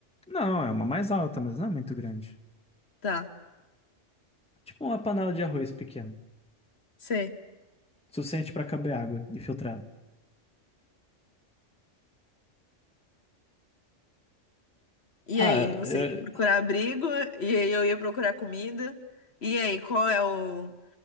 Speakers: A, in the centre; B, on the left (about 60°).
A: Não, é uma mais alta, mas não é muito grande.
B: Tá,
A: Tipo uma panela de arroz pequena.
B: sei.
A: suficiente para caber água e filtrar.
B: E
A: Ah,
B: aí, você
A: eu-
B: ia procurar abrigo, e aí eu ia procurar comida. E aí, qual é o,